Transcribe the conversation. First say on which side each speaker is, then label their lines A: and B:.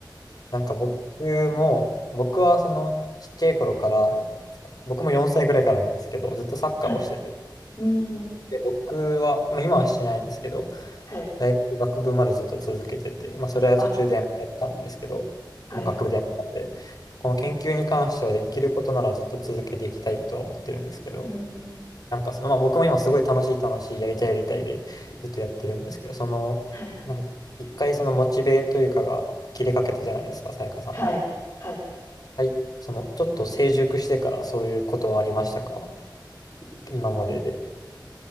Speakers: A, on the left (about 50°); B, on the left (about 30°).
A: なんか僕も、僕はそのちっちゃい頃から、いつかな僕も4歳ぐらいからなんですけど、ずっとサッカーをしてて。
B: はい。うん、
A: で、僕は、まあ、今はしてないんですけど、
B: はい。
A: 大学学部までずっと続けてて、まあ、それは途中でやめちゃったんですけど、
B: あ、はい。
A: もう学部でやめたんで、この研究に関してはできることならずっと続けていきたいとは思ってるんですけど、
B: うん、
A: なんかその、まあ、僕も今すごい楽しい楽しい、やりたいやりたいでずっとやってるんですけど、その、
B: はい。
A: なんか一回そのモチベというかが切れかけたじゃないですか、さやかさんは。
B: はい。はい。
A: はい、その、ちょっと成熟してからそういうことはありましたか今までで。